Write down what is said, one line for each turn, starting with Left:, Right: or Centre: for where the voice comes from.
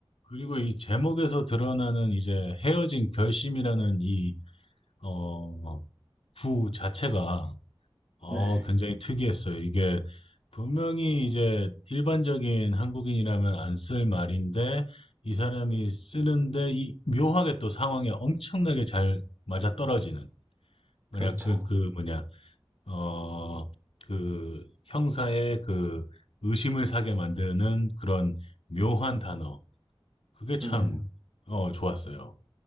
Left: 그리고 이 제목에서 드러나는 이제 헤어진 결심이라는 이, 어, 구 자체가, 어,
Right: 네,
Left: 굉장히 특이했어요. 이게 분명히 이제 일반적인 한국인이라면 안 쓸 말인데, 이 사람이 쓰는데, 이 묘하게 또 상황에 엄청나게 잘 맞아떨어지는, 뭐냐,
Right: 그렇죠.
Left: 그, 그, 뭐냐, 어, 그 형사의 그 의심을 사게 만드는 그런 묘한 단어. 그게 참,
Right: 음,
Left: 어, 좋았어요.